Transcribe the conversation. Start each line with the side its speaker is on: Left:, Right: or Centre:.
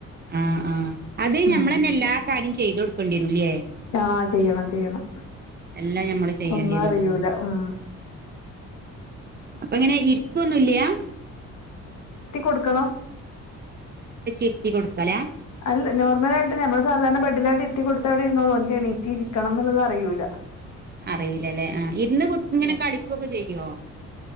Right: ആഹ ആഹ് അത്
Left: ഉം
Right: ഞമ്മൾന്നെ എല്ലാ കാര്യം ചെയ്ത് കൊടുക്കേണ്ടിരൂല്ലേ
Left: ആ ചെയ്യണം ചെയ്യണം
Right: എല്ലാം നഞമ്മള് ചെയ്യേണ്ടി
Left: ഒന്നും
Right: വരുല്ലോല്ലേ
Left: അറിയൂല ഉം
Right: ആ അപ്പൊ എങ്ങനെ ഇരിക്കുവൊന്നുംല്ലയാ
Left: കൊടുക്കണംോ
Right: ഇരുത്തി കൊടുക്കലാ
Left: അല്ല നോർമലായിട്ട് നമ്മള് സാധാരണ ബഡിലാണ്ട് ഇത്തി കൊടു ഇവി ഇുന്നോളൂ ഒൻ എണീറ്റി ഇരിക്കണം എന്നുള്ളത് അറിൂല്ല
Right: അറിയില്ലല്ലേ ആ് ഇരുന്ന് കു ഇങ്ങനെ കളിക്കൊക്കെ ചെയ്യോ